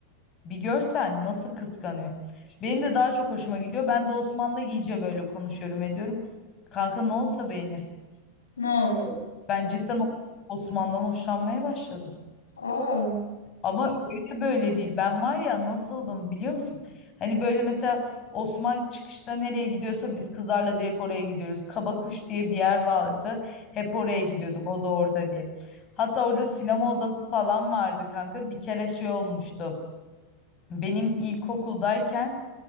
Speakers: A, on the left; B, on the left.
A: Bir görsen nasıl kıskanıyor. Benim de daha çok hoşuma gidiyor. Ben de Osman'la iyice böyle konuşuyorum ediyorum. Kanka ne olsa beğenirsin.
B: Ne oldu?
A: Ben cidden Osman'dan hoşlanmaya başladım.
B: Aa.
A: Ama öyle böyle değil. Ben var ya nasıldım biliyor musun? Hani böyle mesela Osman çıkışta nereye gidiyorsa biz kızlarla direkt oraya gidiyoruz. Kabakuş diye bir yer vardı. Hep oraya gidiyorduk. O da orada diye. Hatta orada sinema odası falan vardı kanka. Bir kere şey olmuştu. Benim ilkokuldayken